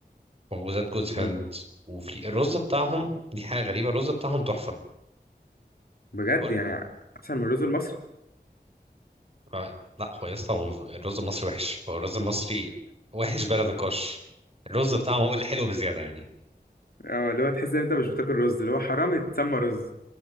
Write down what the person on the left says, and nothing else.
اه
بجد
يعني احسن من الرز المصري
اه اللي هو تحس ان انت مش بتاكل رز اللي هو حرام يتسمى رز